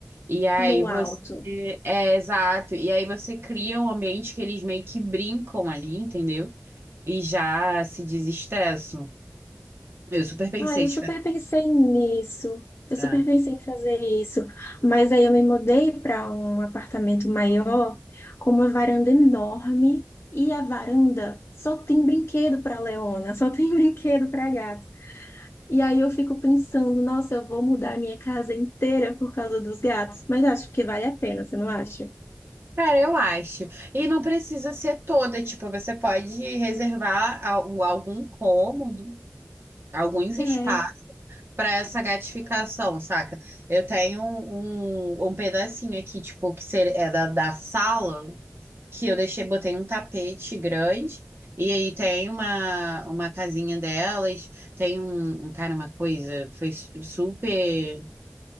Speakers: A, on the right; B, on the left.
A: e aí
B: no
A: você.
B: alto.
A: É, exato. E aí você cria um ambiente que eles meio que brincam ali, entendeu? E já se desestressam. Eu super pensei,
B: Ah, eu
A: tipo,
B: super pensei nisso. Eu
A: ah,
B: super pensei em fazer isso. Mas aí eu me mudei para um apartamento maior, com uma varanda enorme. E a varanda só tem brinquedo para Leona, só tem <laughs> brinquedo para gato. E aí eu fico pensando, nossa, eu vou mudar a minha casa inteira por causa dos gatos. Mas acho que vale a pena, você não acha?
A: cara, eu acho. E não precisa ser toda, tipo, você pode reservar al- algum cômodo, alguns
B: É.
A: espaços para essa gratificação, saca? Eu tenho um, um, um pedacinho aqui, tipo, que ser, é da, da sala. que eu deixei, botei um tapete grande, e aí tem uma, uma casinha delas, tem um, um- cara, uma coisa, foi su- super